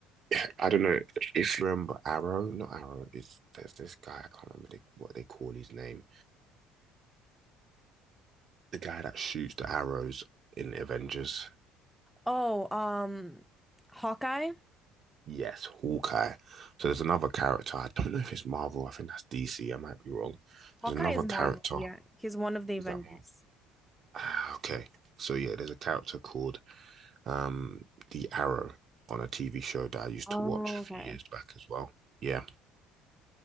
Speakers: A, on the right (about 50°); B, in the centre.
A: <clears throat> I don't know if you remember Arrow, not Arrow. It's there's this guy I can't remember they, what they call his name. the guy that shoots the arrows in Avengers.
B: Oh, um, Hawkeye.
A: Yes, Hawkeye. So there's another character. I don't know if it's Marvel. I think that's DC. I might be wrong.
B: Hawkeye
A: There's another
B: is Marvel.
A: character.
B: Yeah, he's one of the Avengers.
A: Is that Marvel? Ah, okay. So yeah, there's a character called um the Arrow on a TV show that I used
B: Oh,
A: to watch a
B: okay.
A: few years back as well. Yeah.